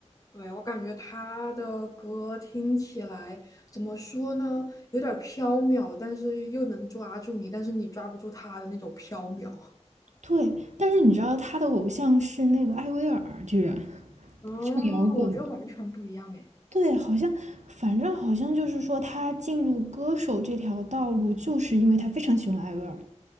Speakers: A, on the left; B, on the right.
A: 对，我感觉他的歌听起来怎么说呢，有点儿飘渺，但是又能抓住你，但是你抓不住他的那种飘渺。<laughs>
B: 对，但是你知道他的偶像是那个艾薇儿，居然
A: 哦，
B: 唱摇滚
A: 我觉得完全不一样哎，
B: 对，好像，反正好像就是说，他进入歌手这条道路，就是因为他非常喜欢艾薇儿，